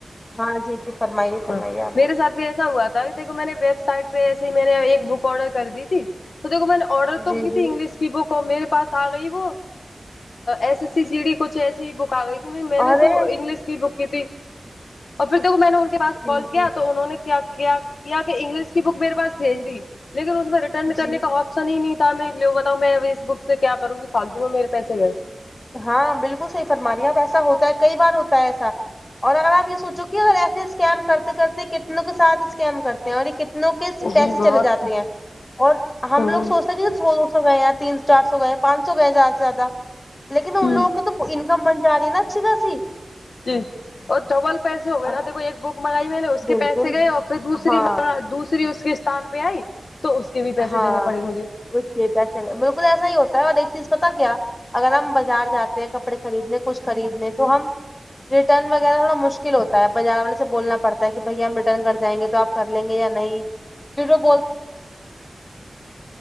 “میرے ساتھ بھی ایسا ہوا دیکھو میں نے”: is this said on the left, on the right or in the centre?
Left